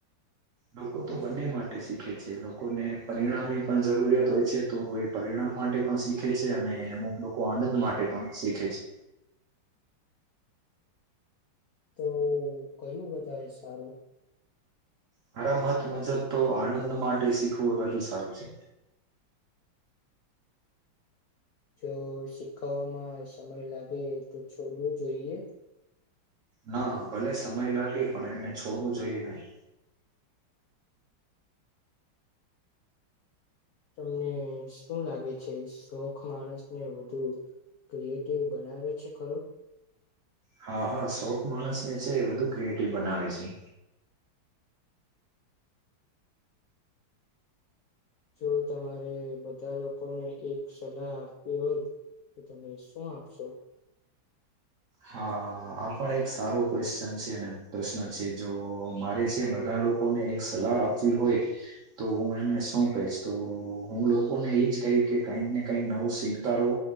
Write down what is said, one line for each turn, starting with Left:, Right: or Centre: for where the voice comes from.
Right: લોકો તો બંને માટે શીખે છે લોકોને પરિણામની પણ જરૂરિયાત હોય છે તો એ પરિણામ માટે પણ શીખે છે અને અમુક લોકો આનંદ માટે પણ શીખે છે.
Left: તો કયું વધારે સારું?
Right: મારા મત મુજબ તો આનંદ માટે શીખવું વધુ સારું છે.
Left: જો શીખવવામાં સમય લાગે તો છોડવો જોઈએ?
Right: ના ભલે સમય લાગે પણ એમને છોડવું જોઈએ નહી.
Left: તમને શું લાગે છે શોખ માણસને વધુ ક્રિએટિવ બનાવે છે ખરું?
Right: હા હા શોખ માણસ ને છે વધધુ ક્રિએટિવ બનાવે છે.
Left: જો તમારે બધા લોકોને એક સલાહ આપવી હોય તો તમે શું આપશો?
Right: હા આ પણ એક સારો ક્વેશ્ચન છે અને પ્રશ્ન છે જો મારે જે બધા લોકોને એક સલાહ આપવી હોય તો હું એમને શું કહીશ તો હું લોકોને એજ કહીશ કે કઈક ને કઈક નવું શીખતા રહો